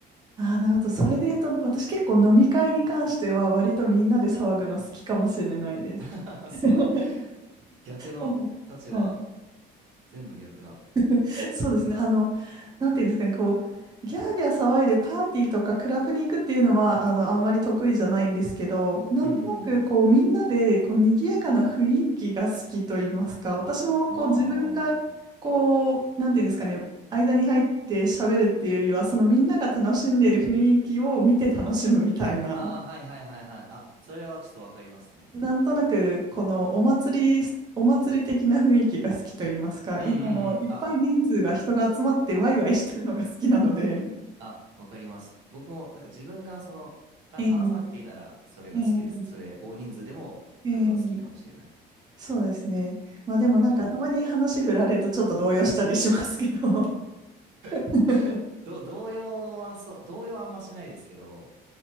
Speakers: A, on the right (about 20°); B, on the right (about 75°).
A: ああ、なるほど。それで言うと、私結構飲み会に関しては、割とみんなで騒ぐの好きかもしれないです。
B: <laughs>
A: <laughs>
B: すごい。逆の立場、
A: なんか、うん。
B: 全部逆だ。
A: <laughs> そうですね。あの、なんていうんですかね、こう、ギャーギャー騒いでパーティーとかクラブに行くっていうのは、あの、あんまり得意じゃないんですけど、なんとなく、
B: うんうん
A: こう、みんなで、こう、賑やかな雰囲気が好きと言いますか、私も、
B: うん。
A: こう、
B: ああ。
A: 自分が、こう、なんていうんですかね、間に入って喋るっていうよりは、そのみんなが楽しんでいる雰囲気を見て楽しむみたいな。
B: ああ、はいはいはいはい。あ、それはちょっとわかりますね。
A: なんとなく、このお祭り、お祭り的な雰囲気が好きと言いますか、い、
B: うんうんうん。
A: あの、いっぱい人数が人が集まってワイワイしてるのが好きなので。
B: あ、あ、わかります。僕もなんか自分がその、は話さなくていいならそれが好きです。
A: ええ、ええ、
B: それ、大人数でもそれは好きかもしれない。
A: ええ、そうですね。まあでもなんかたまに話振られるとちょっと動揺したりしますけど。
B: そう。
A: <laughs>
B: <laughs> ど、動揺はそう、動揺はあんましないですけど、